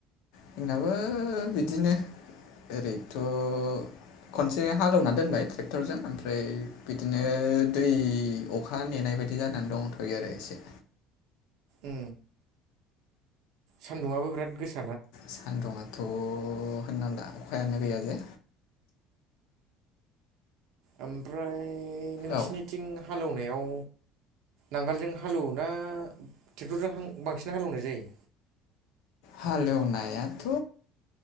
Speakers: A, on the left (about 75°); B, on the right (about 75°).
A: जोंनाबो बिदिनो ओरैनोथ' खनसे हालेवना दोनबाय ट्रेक्टरजों ओमफ्राय बिदिनो दै अखा नेनाय बेबायदि जानानै दंथ'यो आरो एसे
B: उ सान्दुआबो बिराद गोसा
A: सान्दुङाथ' होननांला अखायानो गैया जे
B: ओमफ्राय नोंसिनिथिं
A: औ
B: हालेवनायाव नांगोलजों हालेवो ना ट्रेक्टरजों बांसिन हालौवनाय जायो
A: हालेवनायाथ'